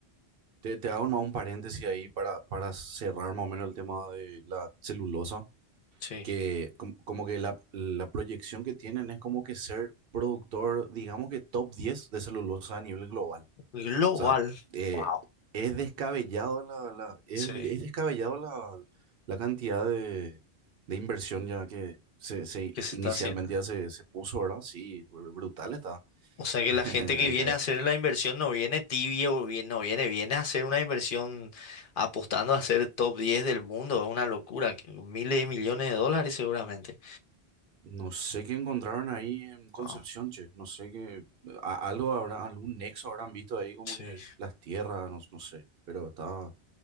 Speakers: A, on the right; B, on the left.
A: Te, te hago más un paréntesis ahí para, para cerrar más o menos el tema de la celulosa,
B: Sí.
A: que com- como, que la, la proyección que tienen es como que ser productor, digamos que top 10 de celulosa a nivel global.
B: Global.
A: O sea, eh,
B: Wow.
A: es descabellado la, la- es,
B: Sí.
A: es descabellado la, la cantidad de, de inversión ya que se, se-
B: ¿Qué se
A: inicialmente
B: está haciendo?
A: ya se, se puso, ¿verdad? Sí, br- brutal está.
B: O sea que
A: <laughs>
B: la
A: Ay,
B: gente que viene
A: ay,
B: a hacer la inversión no viene tibia o bien, no viene, viene a hacer una inversión apostando a ser top 10 del mundo. Es una locura. que Miles de millones de dólares seguramente.
A: No sé qué encontraron ahí en Concepción,
B: Wow,
A: che. No sé qué. a- Algo habrá, algún nexo habrán visto ahí, como
B: sí.
A: que
B: sí.
A: las tierras, no, no sé. Pero está,